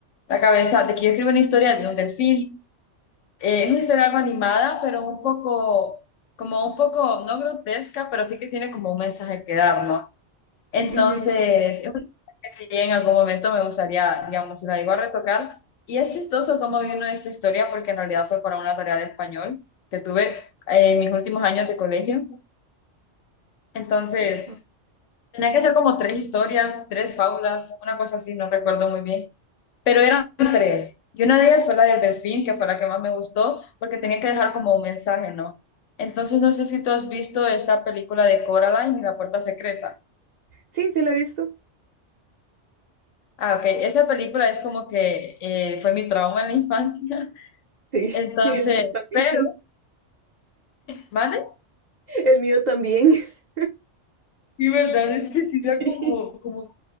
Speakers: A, on the left; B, on the right.
A: la cabeza de que yo escribo una historia de un delfín. Eh, es una historia algo animada, pero un poco, como un poco, no grotesca, pero sí que tiene como un mensaje que dar, ¿no? Entonces,
B: Ujú.
A: es una que sí en algún momento me gustaría, digamos, si la digo a retocar. Y es chistoso cómo vino esta historia, porque en realidad fue para una tarea de español que tuve eh, en mis últimos años de colegio. Entonces,
B: Ajá.
A: tenía que hacer como tres historias, tres fábulas, una cosa así, no recuerdo muy bien. Pero eran tres. Y una de ellas fue la del delfín, que fue la que más me gustó, porque tenía que dejar como un mensaje, ¿no? Entonces, no sé si tú has visto esta película de Coraline y la puerta secreta.
B: Sí, sí, lo he visto.
A: Ah, ok. Esa película es como que eh, fue mi trauma en la infancia. <laughs>
B: Sí,
A: Entonces,
B: <laughs> el mío también.
A: pero,
B: <laughs>
A: ¿vale?
B: El mío también. <laughs>
A: Y verdad es que sí
B: Sí,
A: da como, como,